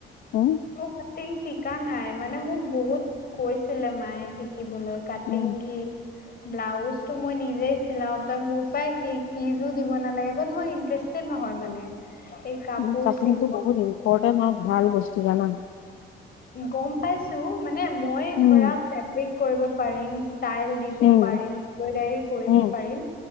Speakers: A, on the left (about 80°); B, on the left (about 50°).
A: উম
B: মোৰ কাটিং শি শিকা নাই মানে, মোক বহুত কৈছিলে মায়ে শিকিবলৈ কাটিং
A: উম
B: শিক। ব্লাউজোটো মই নিজে চিলাও। তই মোৰ পৰা শিক ফিজো দিব নালাগে। বাট মই ইণ্টাৰেষ্ট নহয় মানে। এই কাপোৰ
A: উম, কাটিংটো
B: চিল
A: বহুত ইম্পৰ্টেণ্ট হয়। ভাল বস্তু জানা?
B: গম পাইছো, মানে মই
A: উম,
B: ধৰা ফেব্ৰিক কৰিব পাৰিম। ষ্টাইল দিব
A: উম,
B: পাৰিম। এমব্ৰইডাৰী কৰিব
A: উম,
B: পাৰিম।